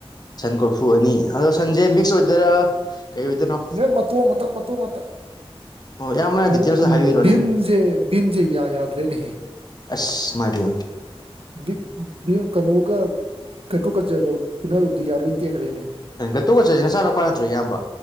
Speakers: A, on the left; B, on the right.
A: ꯁꯟ ꯀꯣꯔꯐꯨ ꯑꯅꯤ ꯗꯣ ꯁꯟꯁꯦ ꯃꯤꯛꯁ ꯑꯣꯏꯗꯣꯏꯔꯥ ꯀꯩ ꯑꯣꯏꯗꯣꯏꯅꯣ
B: ꯑꯦꯍ-ꯃꯇꯣꯡ ꯉꯥꯛꯇ ꯃꯇꯣꯡ ꯉꯥꯛꯇ
A: ꯑꯣ ꯏꯌꯥꯝꯕꯅ
B: ꯃꯥꯔꯨꯞ
A: ꯗꯤꯇꯦꯜꯁꯇ
B: ꯎꯨꯝ-ꯚꯤꯝꯁꯦ-ꯚꯤꯝꯁꯦ
A: ꯍꯥꯏꯕꯤꯔꯣꯅꯦ
B: ꯌꯥ-ꯌꯥꯗꯔ ꯍꯣꯏꯅꯦꯍꯦ
A: ꯑꯁ ꯃꯗꯨ
B: ꯕꯤꯞ‌ ꯕꯤꯝ ꯀꯩꯅꯣꯒ ꯒꯇꯣꯒꯠꯆꯒ ꯐꯨꯅꯔꯨꯕꯗ ꯌꯥ ꯂꯣꯏ ꯇꯦꯛꯈ꯭ꯔꯦꯅꯦ
A: ꯒꯠꯇꯣꯒꯠꯆꯁꯤ ꯅꯆꯥꯅꯨꯄꯥ ꯅꯠꯇ꯭ꯔꯣ ꯏꯌꯥꯝꯕ